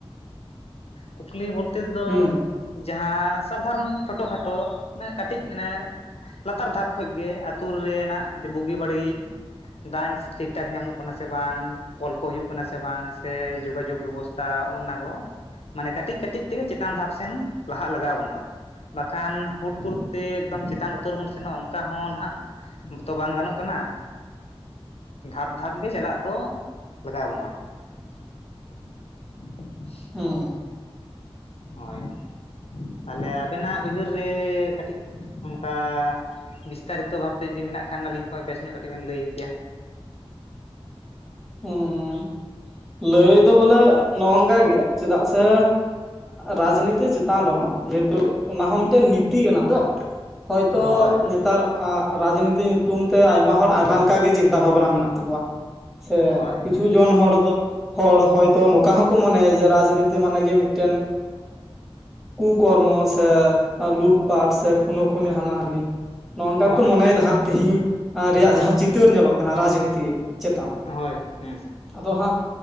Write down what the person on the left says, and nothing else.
ᱠᱩᱠᱞᱤ ᱵᱚᱞᱛᱮᱫ ᱫᱚ
ᱡᱟᱦᱟᱸ ᱥᱟᱫᱷᱟᱨᱚᱱ ᱪᱷᱳᱴᱳ ᱠᱷᱟᱴᱳ ᱠᱟᱹᱴᱤᱡ ᱠᱟᱹᱴᱤᱡ ᱚᱱᱮ ᱞᱟᱛᱟᱨ ᱫᱷᱟᱯ ᱠᱷᱚᱱᱚ ᱜᱮ ᱟᱹᱛᱩ ᱨᱮᱱᱟᱜ ᱵᱩᱜᱤ ᱵᱟᱹᱲᱤᱡ ᱫᱟᱜ ᱴᱷᱤᱠ ᱴᱷᱟᱠ ᱧᱟᱢᱚᱜ ᱠᱟᱱᱟ ᱥᱮ ᱵᱟᱝ ᱠᱚᱞ ᱠᱚ ᱦᱩᱭᱩᱜ ᱠᱟᱱᱟ ᱥᱮ ᱵᱟᱝ ᱥᱮ ᱡᱳᱜᱟᱡᱳᱜᱽ ᱵᱮᱵᱚᱥᱛᱟ ᱚᱱᱱᱟ ᱠᱚ ᱢᱟᱱᱮ ᱠᱟᱹᱴᱤᱡ ᱠᱟᱹᱴᱤᱡ ᱛᱮᱜᱮ ᱪᱮᱛᱟᱱ ᱫᱷᱟᱯ ᱥᱮᱱ ᱞᱟᱦᱟᱜ ᱞᱟᱜᱟᱣ ᱵᱚᱱᱟ ᱵᱟᱠᱷᱟᱱ ᱦᱩᱴᱠᱩᱨᱮ ᱥᱮ ᱮᱠᱫᱚᱢ ᱪᱮᱛᱟᱱ ᱩᱛᱟᱹᱨ ᱵᱚᱱ ᱥᱮᱱᱚᱜᱼᱟ ᱚᱱᱠᱟ ᱦᱚᱸ ᱱᱟᱦᱟᱜ ᱛᱚ ᱵᱟᱝ ᱜᱟᱱᱚᱜ ᱠᱟᱱᱟ᱾ ᱫᱷᱟᱯ ᱫᱷᱟᱯ ᱜᱮ ᱪᱟᱞᱟᱜ ᱫᱚ ᱞᱟᱜᱟᱣ ᱵᱚᱱᱟ᱾ <unintelligible>
ᱦᱳᱭ ᱛᱟᱦᱞᱮ ᱟᱵᱮᱱᱟᱜ ᱩᱭᱦᱟᱹᱨ ᱨᱮ ᱠᱟᱹᱴᱤᱡ ᱚᱱᱠᱟ ᱵᱤᱥᱛᱟᱨᱤᱛᱚ ᱵᱷᱟᱵᱛᱮ ᱡᱩᱫᱤ ᱢᱮᱱᱟᱜ ᱠᱷᱟᱱ ᱟᱹᱞᱤᱧ ᱠᱷᱚᱱ ᱵᱮᱥ ᱧᱚᱜ ᱠᱟᱹᱴᱤᱡ ᱵᱮᱱ ᱞᱟᱹᱭ ᱠᱮᱭᱟ?
ᱦᱳᱭ ᱦᱳᱭ
ᱦᱳᱭ
ᱦᱳᱭ
ᱦᱳᱭ ᱦᱮᱸ